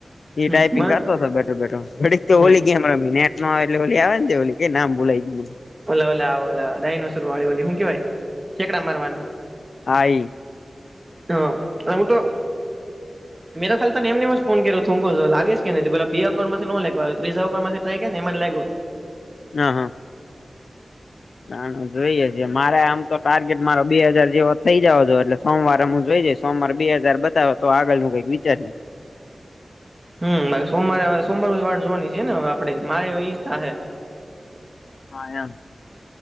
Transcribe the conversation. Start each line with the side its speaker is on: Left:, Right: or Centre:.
Left: એ
Right: હમ
Left: ટાાઈપિંગ
Right: મન
Left: કરતો હતો બેઠો બેઠો વડી તો
Right: હમ
Left: ઓલી ગેમ. મિનેટ નો એટલેલી આવે ને ઓલી કેઈ નામ બોલાઈ ગને.
Right: ઓલો ઓલા ઓ ડ નસર વાળી ઓલી હું કેવાય ચેકડાંરવા.
Left: હઈ.
Right: હા અને હું તો. મે તો તને એમને જ ફોન કર્યો લાગી કે નથી પેલા બે અઉન્ટમાંથી લેવા ત્રી અકાઉન્ટમાંથી ટ્રાય ને એમાં લાગો.
Left: હા હા. ના ના જોઈએ છે મારે આમ તો ટાર્ગેટ મારો બે હાજાર જેવા થઇ જાવ છ એટલે. સોમવાર હમું જોઈ જાય સોમવાર બે હજાર બતાવો તો આગળનું કંઈક વિચારી.
Right: હમ મારે સોમવારે આવે સોમવાર સુધી વાટ જોવાની છે ને હવે આપડે મારી ઈચ્છા છે.
Left: હા એમ